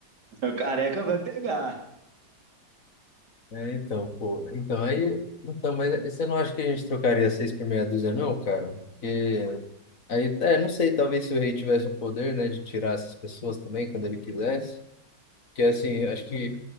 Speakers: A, on the right (about 65°); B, on the left (about 50°).
A: <laughs> O careca vai pegar.
B: É, então, pô. Então, aí. Então, mas você não acha que a gente trocaria seis por meia dúzia, não, cara? Porque. Aí, é, não sei, talvez se o rei tivesse o poder, né, de tirar essas pessoas também quando ele quisesse. Porque, assim, acho que